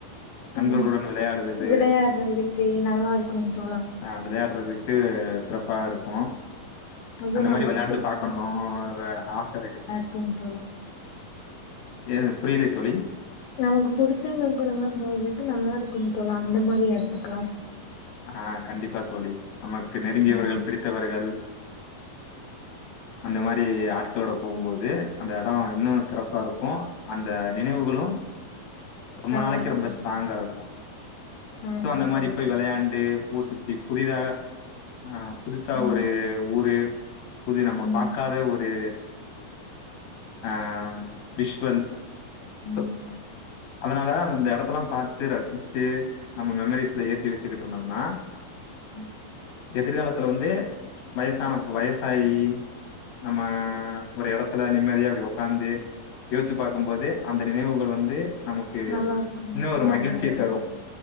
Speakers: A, on the left; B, on the left.
A: நண்பர்களுடன்
B: ம்.
A: விளையாடுறது
B: விளையாடுறதுக்கு நல்லா இருக்குங்க தோழா.
A: ஆஹ் விளையாடுறதுக்கு சிறப்பாருக்கும்
B: அதுவும்
A: அந்த மாதிரி
B: நமக்கு
A: வெள்ளாயாண்டு பாக்கணு அ ஆசருக்கு
B: க்கு தோழா
A: ஏது புரியலை தோழி
B: நமக்கு புடிச்சவங்க கூடலா போகுறதுக்கு நல்லாருக்கு தோழா அந்த மாதிரி எடத்துக்கலா
A: ஆஹ் கண்டிப்பா தோழி நமக்கு நெருங்கியவர்கள்
B: ஆமா.
A: பிடித்தவர்கள் அந்த மாதிரி ஆட்களோட போகும்போது அந்த எடோ இன்னு சிறப்பாருக்கு அந்த நினைவுகளு ரொம்ப
B: நல்லாருக்கும்
A: நாளைக்கி ரொம்ப ஸ்ட்ராங்காருக்கு
B: தோழா. ஆமாங்
A: சோ அந்த மாரி
B: தோழா.
A: போய் வெளையாண் ஊர் சுத்தி புதிதா ஆஹ் புதுசா
B: ம்.
A: ஒரு ஊரு புது நம்ம
B: ம்.
A: பாக்காத ஊரு அ ஆ விஸ்வல்
B: ம்.
A: சோ அதனால அந்த எடத்தல்லா பாத்து ரசிச்சு நம் மெமீரீஸ்ல ஏத்திவச்சட்டு இருந்தோம்னா
B: உம்
A: எதிர்காலத்துல வந்து வயசானப்போ வயசாயி நம்ம
B: உம்
A: அந்த எடத்துல நிம்மதியா அப்டி உக்காந்து யோஸ்ச்சு பாக்கம் போது அந்த நினைவுகள் வந்து நமக்கு
B: நல்லாருக்குன்
A: இன்னும்
B: தோழா
A: ஒரு மகிழ்ச்சிய
B: <unintelligible>
A: தரும்.